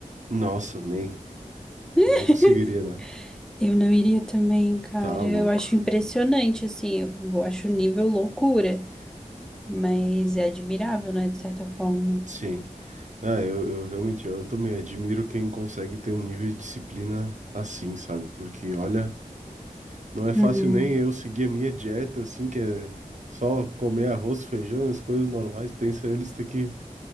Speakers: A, on the right; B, in the centre.
A: Nossa, nem,
B: <laughs>
A: não conseguiria, né?
B: Eu não iria também, cara.
A: Tá louco.
B: Eu acho impressionante, assim, eu acho o nível loucura, mas é admirável, né, de certa forma.
A: Sim. Ah, eu, eu realmente, eu, eu também admiro quem consegue ter um nível de disciplina assim, sabe? Porque, olha. Não é fácil
B: Uhum.
A: nem eu seguir a minha dieta, assim, que é só comer arroz, feijão, as coisas normais. Pensa eles ter que,